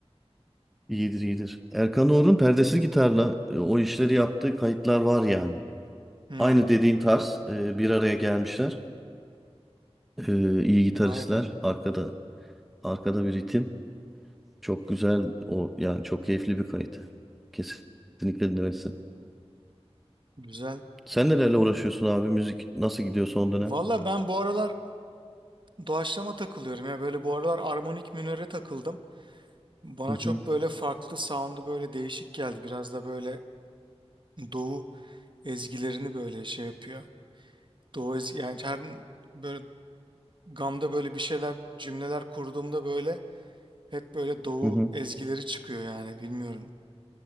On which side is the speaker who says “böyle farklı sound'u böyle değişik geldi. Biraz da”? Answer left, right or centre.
Right